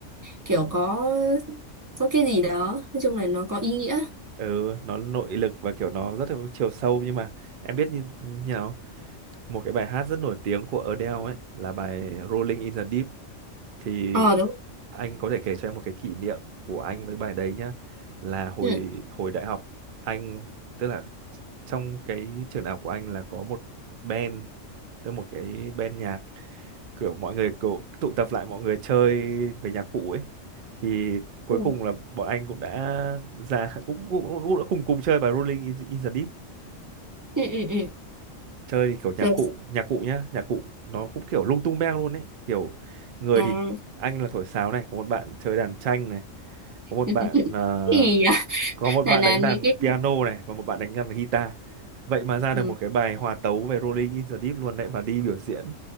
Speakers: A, on the right (about 20°); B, on the right (about 60°).
A: kiểu có có cái gì đó, nói chung là nó có ý nghĩa.
B: ừ nó nội lực và kiểu nó rất là có chiều sâu nhưng mà em biết như như nào một cái bài hát rất nổi tiếng của Adele ấy là bài Rolling in the Deep thì
A: Ờ đúng.
B: anh có thể kể cho em một cái kỷ niệm của anh với bài đấy nhá là hồi
A: Ừ.
B: hồi đại học anh tức là trong cái trường đại học của anh là có một band tức một cái band nhạc kiểu mọi người kiểu tụ tập lại mọi người chơi về nhạc cụ ấy thì cuối
A: Ừ.
B: cùng là bọn anh cũng đã ra <laughs> cũng cũng, cũng đã cùng cùng chơi bài Rolling in, in the Deep
A: Ừ ừ ừ.
B: chơi thì kiểu nhạc
A: Rồi,
B: cụ nhạc cụ nhá nhạc cụ nó cũng kiểu lung tung beng luôn ấy kiểu người
A: à,
B: thì anh là thổi sáo này có một bạn chơi đàn tranh này có một
A: <laughs>
B: bạn ờ,
A: cái gì vậy?
B: có một
A: Là
B: bạn
A: là
B: đánh
A: những
B: đàn
A: cái
B: piano này và một bạn đánh đàn guitar vậy mà ra
A: ừ.
B: được một cái bài hòa tấu về Rolling in the Deep luôn đấy và đi biểu diễn